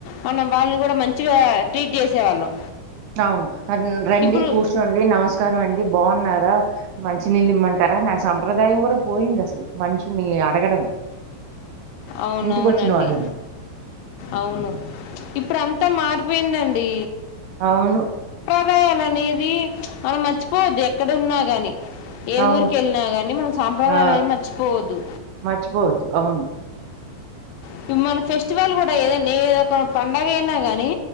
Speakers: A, on the left (about 85°); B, on the right (about 75°).
A: మనం వాళ్ళని కూడా మంచిగా ట్రీట్ చేసేవాళ్ళం
B: అవును రండి
A: ఇప్పుడు
B: కూర్చోండి నమస్కారం అండి బాగున్నారా మంచినీళ్ళు ఇమ్మంటారా, నా సంప్రదాయం కూడా పోయింది అసలు మనిషిని అడగడం
A: అవునవునండి
B: ఇంటికొచ్చిన వాళ్ళని
A: అవును ఇప్పుడు అం త మారిపోయిందండి
B: అవును
A: అప్యాయాల అనేది మనం మర్చిపోవద్దు ఎక్కడ ఉన్నా గాని ఏ
B: అవును
A: ఊరిక ఎళ్ళినా గానీ మనం సాంప్రదాయాలని
B: ఆ
A: మర్చిపోవద్దు
B: మర్చిపోవద్దు అవును
A: ఇక మన ఫెస్టివల్ కూడా ఏదండి ఏదో పండుగ అయినా గానీ